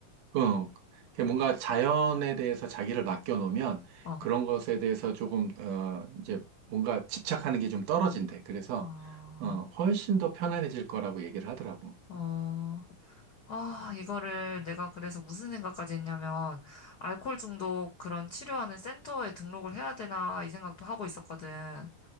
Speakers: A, on the right; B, on the left.
A: 어, 그게 뭔가 자연에 대해서 자기를 맡겨놓으면
B: 어,
A: 그런 것에 대해서 조금, 어, 이제 뭔가 집착하는 게 좀 떨어진대. 그래서,
B: 어,
A: 어, 훨씬 더 편안해질 거라고 얘기를 하더라고.
B: 어. 아, 이거를 내가 그래서 무슨 생각까지 했냐면, 알코올 중독 그런 치료하는 센터에 등록을 해야 되나, 이 생각도 하고 있었거든.